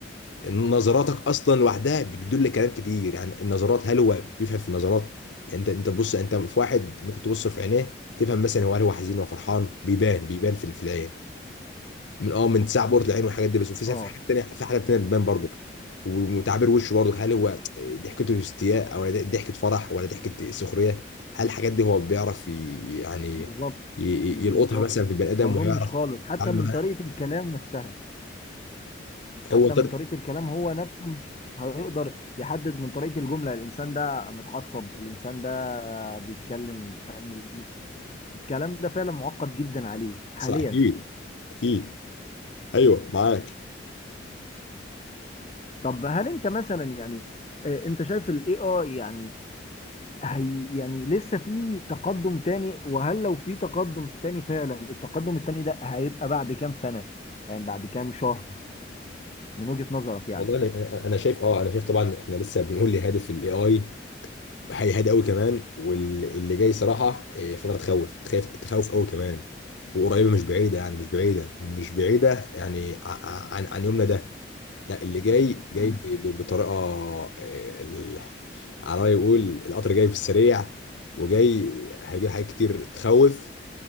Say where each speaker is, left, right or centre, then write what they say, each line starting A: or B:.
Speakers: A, on the left; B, on the left.
A: نظراتك اصلا لوحدها بتدل كلام كتير يعني النظرات هل هو بيفهم في النظرات يعني انت انت تبص انت في واحد ممكن تبص في عينيه تفهم مثلا هو هل هو حزين ولا فرحان بيبان بيبان في في العين من اه من تسع بورة العين والحاجات دي بس وفي
B: اه
A: في حاجات تانية في حاجات تانية بتبان برضك وتعبير وشه برضك هل هو ضحكته استياء او ضحكة فرح ولا ضحكة سخرية هل الحاجات دي هو بيعرف ي- يعني
B: بالظبط
A: ي- ي-
B: بالظبط
A: يلقطها مثلا في البني ادم
B: ما اظنش
A: ويعرف
B: خالص حتى
A: يتعامل
B: من
A: معاها
B: طريقة الكلام نفسها حتى
A: هو طريق
B: من طريقة الكلام هو نفسه مش هيقدر يحدد من طريقة الجملة الإنسان ده متعصب الإنسان ده بيتكلم فاهم الكلام ده فعلا معقد جدا عليه حاليا
A: صح اكيد اكيد ايوه معاك
B: طب هل انت مثلا يعني آه، انت شايف الاي اي يعني هي يعني لسه في تقدم تاني وهل لو في تقدم تاني فعلا التقدم التاني ده هيبقى بعد كام سنة يعني بعد كام شهر من وجهة نظرك يعني
A: والله انا انا أنا شايف اه انا شايف طبعا احنا لسه بنقول لهادف الاي اي هيهاد قوي كمان واللي جاي صراحه إيه، فتره تخوف تخاف تخوف قوي كمان وقريبه مش بعيده يعني مش بعيده مش بعيده يعني ع- ع- عن عن يومنا ده لا اللي جاي جاي
B: مم.
A: ب- ب- بطريقه إيه، ال- على ما يقول القطر جاي في السريع وجاي هيجيب حاجات كتير تخوف